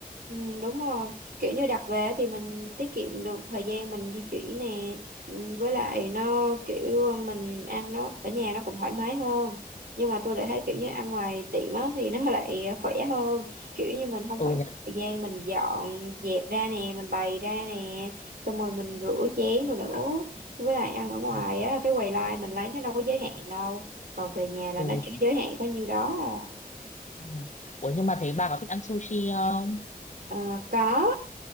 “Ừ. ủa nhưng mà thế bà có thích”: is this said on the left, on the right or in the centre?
Left